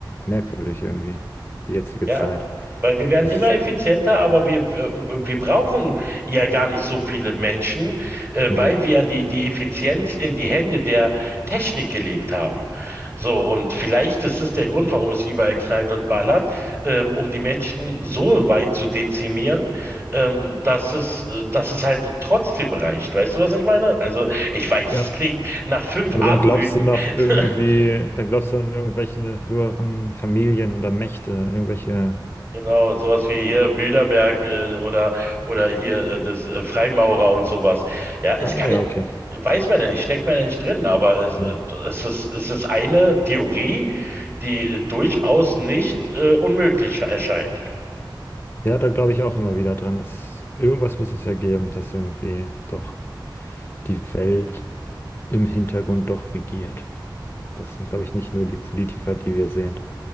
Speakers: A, on the left (about 25°); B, on the right (about 30°).
A: merkwürdig irgendwie, die jetzige
B: Ja,
A: Zeit.
B: weil wir werden
A: Das
B: immer
A: ist,
B: effizienter, aber wir, äh, wir brauchen ja gar nicht so viele Menschen, äh,
A: nee.
B: weil wir ja die, die Effizienz in die Hände der Technik gelegt haben. So, und vielleicht ist es der Grund, warum es überall knallt und ballert, ähm, um die Menschen so weit zu dezimieren, ähm, dass es, äh, dass es halt trotzdem reicht. Weißt du, was ich meine? Also, ich weiß,
A: Ja.
B: es klingt nach fünf
A: Aber
B: Aluhüten,
A: dann glaubst du nach irgendwie,
B: <laughs>
A: dann glaubst du an irgendwelche höheren Familien oder Mächte, irgendwelche.
B: Genau, sowas wie hier Bilderberg äh, oder oder hier äh, das äh, Freimaurer und sowas. Ja, es
A: Ah
B: kann
A: ja,
B: ja,
A: okay.
B: weiß man ja nicht, steckt man ja nicht drin, aber es, äh,
A: Nee.
B: es ist es ist eine Theorie, die äh, durchaus nicht äh, unmöglich erscheint.
A: Ja, da glaube ich auch immer wieder dran, dass irgendwas muss es ja geben, dass irgendwie doch die Welt im Hintergrund doch regiert. Das sind, glaube ich, nicht nur die Politiker, die wir sehen.